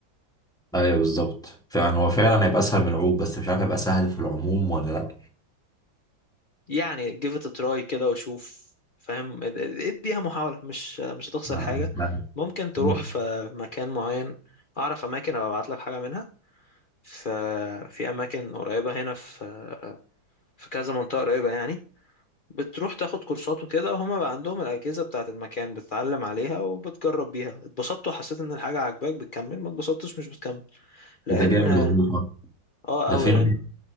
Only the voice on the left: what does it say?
يعني give it a try كده وشوف فاهم اد- اد- اديها محاولة مش مش هتخسر
حاجة
ممكن تروح
في مكان معين اعرف اماكن ابقى ابعت لك حاجة منها ففي اماكن قريبة هنا في في كذا منطقة قريبة يعني بتروح تاخد كورسات وكده وهما بقى عندهم الأجهزة بتاعة المكان بتتعلم عليها وبتجرب بيها اتبسطت وحسيت ان الحاجة عاجباك بتكمل ما اتبسطتش مش بتكمل لان
اه
قوي
لان